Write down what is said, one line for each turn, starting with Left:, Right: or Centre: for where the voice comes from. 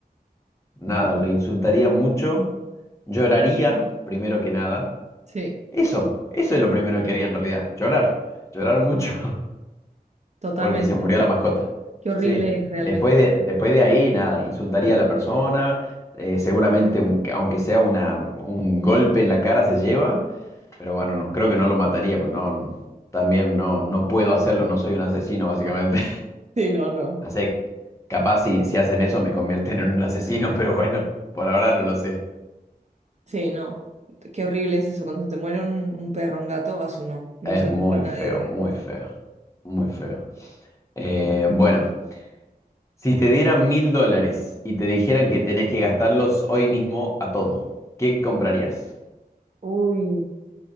Left: <sighs> nada, lo insultaría mucho, lloraría primero que nada.
Right: Sí,
Left: Eso, eso es lo primero que haría en realidad, llorar, llorar mucho <laughs>
Right: totalmente.
Left: porque se murió la mascota.
Right: Qué horrible
Left: Sí,
Right: es realmente.
Left: después de, después de ahí nada, insultaría a la persona, eh, seguramente un- aunque sea una, un golpe en la cara se lleva, pero bueno, no, creo que no lo mataría, pues no, también no, no puedo hacerlo, no soy un asesino básicamente.
Right: Sí, no, no.
Left: No sé, capaz si, si hacen eso me convierten en un asesino, <laughs> pero bueno, por ahora no lo sé.
Right: Sí, no. Qué horrible es eso. Cuando se te muere un, un perro, un gato, a su no. No
Left: Es
Right: se
Left: muy
Right: lo da a
Left: feo,
Right: nadie de verdad.
Left: muy feo, muy feo. Eh, bueno, si te dieran mil dólares y te dijeran que tenés que gastarlos hoy mismo a todo, ¿qué comprarías?
Right: Uy,